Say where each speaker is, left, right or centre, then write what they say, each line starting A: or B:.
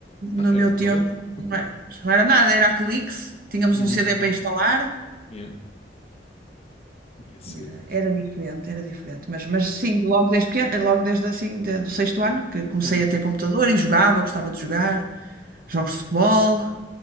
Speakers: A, on the left; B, on the right.
A: Não,
B: no
A: era
B: meu
A: muito
B: tempo
A: talento.
B: não era, não era nada, era a cliques, tínhamos
A: Uhum,
B: um CD para instalar.
A: yeah. E a CDs.
B: Era, era diferente, era diferente. Mas, mas sim, logo desde, pequeno, logo desde assim, de- do sexto ano, que comecei
A: Uhum,
B: a ter computador e jogava, gostava de jogar, jogos de futebol.